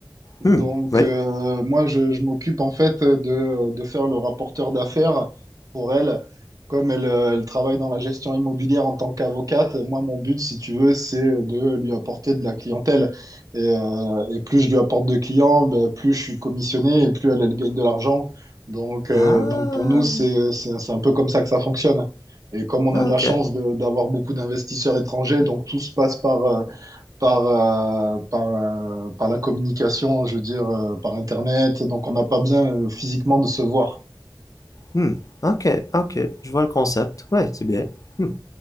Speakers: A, on the right; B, on the left.
A: Donc,
B: Hum, oui.
A: euh, moi, je, je m'occupe en fait de, de faire le rapporteur d'affaires pour elle. Comme elle, euh, elle travaille dans la gestion immobilière en tant qu'avocate, moi, mon but, si tu veux, c'est de lui apporter de la clientèle. Et, euh, et plus je lui apporte de clients, ben, plus je suis commissionné et plus elle, elle gagne de l'argent. Donc, euh,
B: Ah,
A: donc, pour nous, c'est, c'est, c'est un peu comme ça que ça fonctionne. Et comme on
B: ok.
A: a de la chance de- d'avoir beaucoup d'investisseurs étrangers, donc tout se passe par, euh, par, euh, par, euh, par la communication, je veux dire, euh, par Internet. Donc, on n'a pas bien euh, physiquement de se voir.
B: Hum, ok, ok. Je vois le concept. Oui, c'est bien. Hum.